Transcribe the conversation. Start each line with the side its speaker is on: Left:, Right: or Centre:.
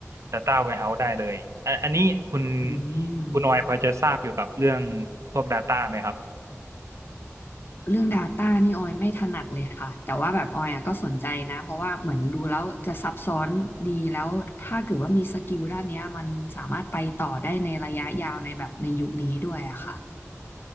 Right: Data Warehouse ได้เลยอันอันนี้คุณ
Left: อืม
Right: คุณออยพอจะทราบเกี่ยวกับเรื่องพวก Data ไหมครับ
Left: เรื่อง Data นี่ออยไม่ถนัดเลยค่ะแต่ว่าแบบออยอ่ะก็สนใจนะเพราะว่าเหมือนดูแล้วจะซับซ้อนดีแล้วถ้าเกิดว่ามีสกิลด้านเนี้ยมันสามารถไปต่อได้ในระยะยาวในแบบในยุคนี้ด้วยอะค่ะ